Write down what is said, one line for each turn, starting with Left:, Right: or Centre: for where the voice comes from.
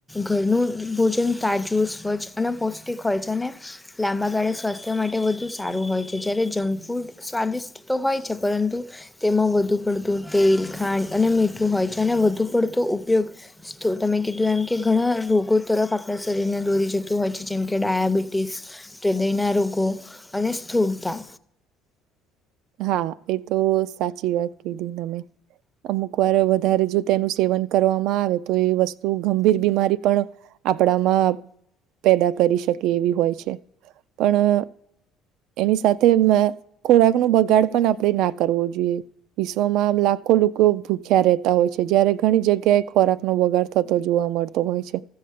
Centre: ઘરનું ભોજન તાજું સ્વચ્છ અને પૌષ્ટિક હોય છે અને લાંબા ગાળે સ્વાસ્થ્ય માટે વધુ સારું હોય છે, જ્યારે જંક ફૂડ સ્વાદિષ્ટ તો હોય છે પરંતુ તેમાં વધુ પડતું તેલ, ખાંડ અને મીઠું હોય છે, ને વધુ પડતો ઉપયોગ તમે કીધું એમ કે ઘણા રોગો તરફ આપણા શરીરને દોરી જતું છે, જેમ કે ડાયાબિટીસ હૃદયના રોગો અને સ્થૂળતા
Right: હા, એ તો સાચી વાત કહી તમે. અમુક વાર વધારે સેવન કરવામાં આવે તો એ વસ્તુ ગંભીર બીમારીનું કારણ પણ બની શકે છે. આપણામાં પેદા કરી શકે એવી હોય છે, પણ એની સાથે ખોરાકનો બગાડ પણ આપણે ન કરવો જોઈએ. વિશ્વમાં આમ લાખો લોકો ભૂખ્યા રહેતા હોય છે, જ્યારે ઘણી જગ્યાએ ખોરાકનો બગાડ થતો જોવા મળે છે. હોય છે,